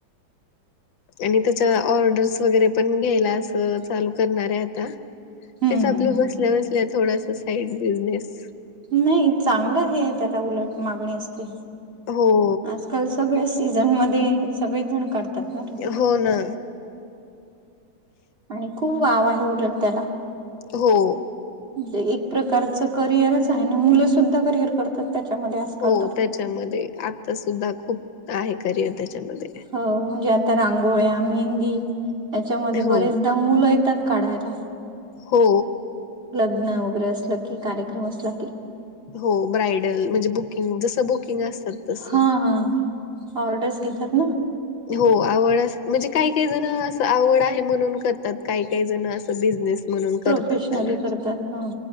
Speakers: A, on the left (about 80°); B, on the right (about 30°).
A: आणि त्याच्या ऑर्डर्स वगैरे पण घ्यायला असं चालू करणार आहे आता.
B: हम्म
A: तेच आपल्या
B: हम्म
A: बसल्या बसल्या थोडसा साईड बिझनेस.
B: नाही चांगलं हे त्याला उलट मागणी असते.
A: हो.
B: आजकाल सगळे सीझनमध्येध्ये सगळेच जण काढतात. ना रे
A: हो ना.
B: आणि खूप वाव आहे उलट त्याला.
A: हो.
B: म्हणजे एक प्रकारचं करिअरच आहे ना, मुलं सुुद्धा करिअर करतात. त्याच्यामध्ये आजकाल
A: हो
B: तर
A: त्याच्यामध्ये, आता सुद्धा खूप आहे करिअर त्याच्यामध्ये
B: अ म्हणजे आता रांगोळ्या मेहंदी याच्यामध्ये
A: हो
B: बरेचदा मुलं येतात काढायला.
A: हो
B: लग्न वगैरे असलं की, कार्यक्रम असला की
A: हो ब्रायडल म्हणजे बुकिंग जसं बुकिंग असतात तसं
B: हा हा ऑर्डर्स घेतात ना?
A: हो, आवड म्हणजे काही काही जण असं आवड आहे म्हणून करतात. काही काही जण असं बिझनेस म्हणून
B: प्रोफेशनली
A: करतात त्याला
B: करतात हा